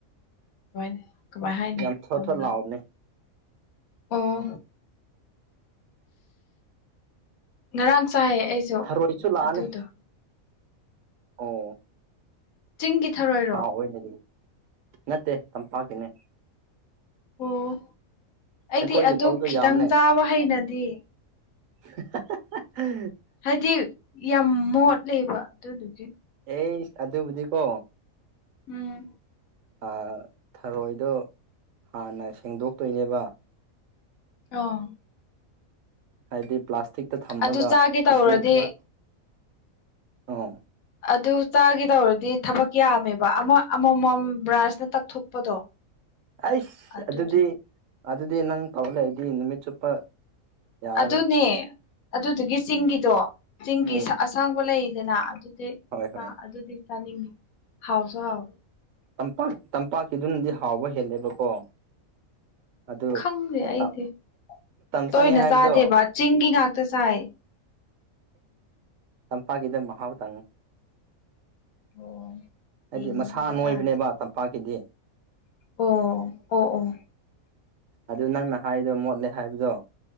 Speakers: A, on the left; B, on the right.
A: <unintelligible> ꯀꯃꯥꯏ ꯍꯥꯏꯅꯤ
B: ꯌꯥꯝ ꯊꯣꯠ
A: ꯌꯥꯝꯅ
B: ꯊꯣꯠ ꯂꯥꯎꯕꯅꯦ
A: ꯑꯣ ꯉꯔꯥꯡ ꯆꯥꯏꯌꯦ ꯑꯩꯁꯨ
B: ꯊꯔꯣꯏꯁꯨ ꯂꯥꯛꯑꯅꯤ
A: ꯑꯗꯨꯗꯣ
B: ꯑꯣ
A: ꯆꯤꯡꯒꯤ ꯊꯧꯔꯣꯏ
B: ꯍꯥꯎꯋꯦꯅꯗꯤ ꯅꯠꯇꯦ ꯇꯝꯄꯥꯛꯀꯤꯅꯦ
A: ꯑꯣ ꯑꯩꯗꯤ
B: ꯑꯩꯈꯣꯏꯒꯤ
A: ꯑꯗꯨ
B: ꯂꯧꯗꯣ
A: ꯈꯤꯇꯪ
B: ꯌꯥꯝꯅꯦ
A: ꯆꯥꯕ ꯍꯩꯅꯗꯤ
B: <unintelligible>
A: ꯍꯥꯏꯗꯤ ꯌꯥꯝ ꯃꯣꯠꯂꯦꯕ ꯑꯗꯨꯗꯨꯒꯤ
B: ꯑꯦ ꯑꯗꯨꯕꯨꯗꯤꯀꯣ
A: ꯎꯝ
B: ꯑ ꯊꯔꯣꯏꯗꯣ ꯍꯥꯟꯅ ꯁꯦꯡꯗꯣꯛꯇꯣꯏꯅꯦꯕ
A: ꯑꯣ
B: ꯍꯥꯏꯗꯤ ꯄ꯭ꯂꯥꯁꯇꯤꯛꯇ ꯊꯝꯃꯒ
A: ꯑꯗꯨ ꯆꯥꯒꯦ ꯇꯧꯔꯗꯤ
B: ꯏꯁꯤꯡ ꯈꯔ ꯑꯣ
A: ꯑꯗꯨ ꯆꯥꯒꯗꯧꯔꯗꯤ ꯊꯕꯛ ꯌꯥꯝꯃꯦꯕ ꯑꯃ ꯑꯃꯃꯝ ꯕ꯭ꯔꯥꯟꯁꯅ ꯇꯛꯊꯣꯛꯄꯗꯣ <unintelligible>
B: ꯑꯩꯁ
A: ꯑꯗꯨꯗꯨ
B: ꯑꯗꯨꯗꯤ ꯑꯗꯨꯗꯤ ꯅꯪ ꯇꯧ ꯂꯩꯗꯤ ꯅꯨꯃꯤꯠ ꯆꯨꯞꯄ ꯌꯥꯔꯔꯣꯏ
A: ꯑꯗꯨꯅꯦ ꯑꯗꯨꯗꯨꯒꯤ ꯆꯤꯡꯒꯤꯗꯣ ꯆꯤꯡꯒꯤ
B: ꯎꯝ
A: ꯑꯁꯥꯡꯕ ꯂꯩꯗꯅ ꯑꯗꯨꯗꯤ
B: ꯍꯣꯏ
A: ꯆꯥ
B: ꯍꯣꯏ
A: ꯑꯗꯨꯗꯤ ꯆꯥꯅꯤꯡ ꯍꯥꯎꯁꯨ ꯍꯥꯎ
B: ꯇꯝꯄꯥꯛ ꯇꯝꯄꯥꯛꯀꯤꯗꯨꯅꯗꯤ ꯍꯥꯎꯕ ꯍꯦꯜꯂꯦꯕꯀꯣ ꯑꯗꯨ
A: ꯈꯪꯗꯦ
B: ꯃꯇꯝ
A: ꯑꯩꯗꯤ ꯇꯣꯏꯅ
B: ꯆꯪꯉꯦ ꯍꯥꯏꯕꯗꯣ
A: ꯆꯥꯗꯦꯕ ꯆꯤꯡꯒꯤ ꯉꯥꯛꯇ ꯆꯥꯏ
B: ꯆꯝꯄꯥꯛꯒꯗ ꯃꯍꯥꯎ ꯇꯪ
A: ꯑꯣ
B: ꯍꯥꯏꯗꯤ
A: ꯌꯦꯡꯕ
B: ꯃꯁꯥ ꯅꯣꯏꯕꯅꯦꯕ
A: ꯇꯥꯔꯦ
B: ꯇꯝꯄꯥꯛꯀꯤꯗꯤ
A: ꯑꯣ ꯑꯣ ꯑꯣ
B: ꯑꯗꯨ ꯅꯪꯅ ꯍꯥꯏꯗꯣ ꯃꯣꯠꯂꯦ ꯍꯥꯏꯕꯗꯣ